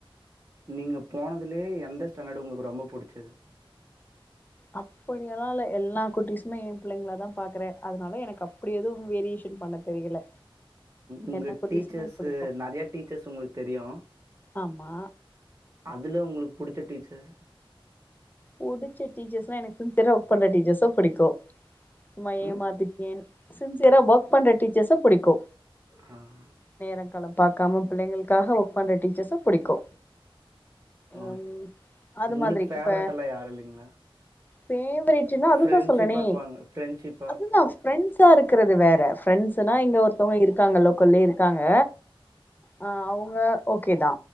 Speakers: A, on the right; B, on the left.
A: நீங்க போனதுலேே எந்த ஸ்டாண்டர்டு உங்களுக்கு ரொம்ப புடிச்சது
B: அப்படியெல்லா இல்ல எல்லா குட்டிஸுமே என் பிள்ளைங்களாதா பாக்குறே அதனால எனக்கு அப்டி எதும் வேரியேன் பண்ண தெரியல
A: உங்க
B: எல்லா குட்டீஸுமே
A: டீச்சர்ஸு
B: பிடிக்கு
A: நறைய டீச்சர்ஸ் உங்களுக்கு தெரியு
B: ஆமா
A: அதுல உங்களுக்கு புடிச்ச டீச்சர்ஸ்
B: புடிச்ச டீச்சர்ஸ்னா எனக்கு சின்சியரா வர்க் பண்ற டீச்சர்ஸ்ஸ புடிக்கு சும்மா ஏமாத்திட்டு
A: ம்
B: என் சின்சியரா ஒர்க் பண்ற டீச்சர்ஸ புடிக்கு
A: ம்
B: நேரோ காலோ பாக்காம பிள்ளைங்களுக்காக ஒர்க் பண்ற டீச்சர்ஸ புடிக்கு
A: ஓகே
B: ம் அது
A: உங்களுக்கு
B: மாதிரி
A: ஃபேவரட்
B: இப்ப
A: எல்லா யாரு இல்லிங்ளா
B: பேவரட்டுனா அதுதா
A: ஃப்ரெண்ட்ஷிப்பாக்குவாங்க
B: சொல்றனே
A: ஃப்ரெண்ட்ஷிப்பா
B: அதுதா ஃப்ரெண்ட்ஸா இருக்கறது வேற ஃப்ரெண்ட்ஸ்ஸுனா இங்க ஒருத்தவங்க இருக்காங்க லோக்கல்லே இருக்காங்க அ அவுங்க ஓகே தா